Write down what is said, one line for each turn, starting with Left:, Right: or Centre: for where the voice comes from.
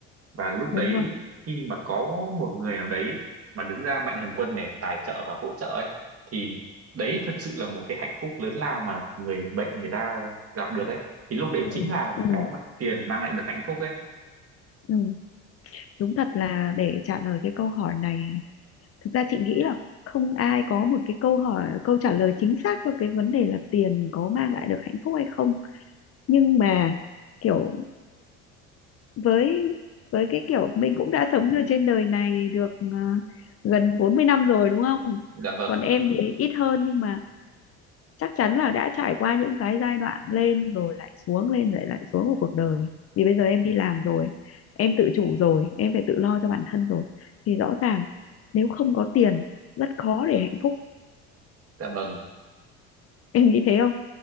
Right: và lúc đấy
Left: đúng rồi.
Right: khi mà có một người nào đấy mà đứng ra mạnh thường quân này tài trợ và hỗ trợ ấy thì đấy thật sự là một cái hạnh phúc lớn lao mà người bệnh người ta gặp được ấy thì lúc đấy
Left: Ừ.
Right: chính là
Left: Ừ.
Right: cái mà tiền mang lại được hạnh phúc ấy
Left: Ừ. Đúng thật là để trả lời cái câu hỏi này, thực ra chị nghĩ là không ai có một cái câu hỏi câu trả lời chính xác cho cái vấn đề là tiền có mang lại được hạnh phúc hay không nhưng mà kiểu với với cái kiểu mình cũng đã sống ở trên đời này được ờ, gần 40 năm rồi đúng không?
Right: dạ vâng
Left: Còn em thì ít hơn nhưng mà chắc chắn là đã trải qua những cái giai đoạn lên rồi lại xuống lên rồi lại xuống của cuộc đời. Vì bây giờ em đi làm rồi, em tự chủ rồi, em phải tự lo cho bản thân rồi. Thì rõ ràng nếu không có tiền rất khó để hạnh phúc.
Right: dạ vâng
Left: Em nghĩ thế không?